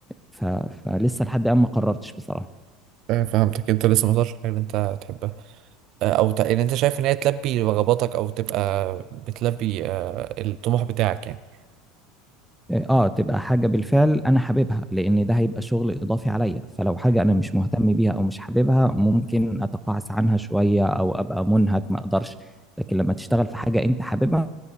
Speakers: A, in the centre; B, on the right (about 55°).
A: ف- فلسه لحد الآن ما قررتش بصراحة
B: آه، فهمتك انت لسه ما وصلتش حاجة اللي انت تحبها آه، او ت... ان انت شايف ان هي تلبي رغباتك او تبقى بتلبي آه، الطموح بتاعك يعني
A: اه تبقى حاجة بالفعل انا حاببها لان ده هيبقى شغل اضافي عليا فلو حاجة انا مش مهتم بيها او مش حاببها ممكن اتقاعس عنها شوية او ابقى منهك ما اقدرش لكن لما تشتغل في حاجة انت حاببها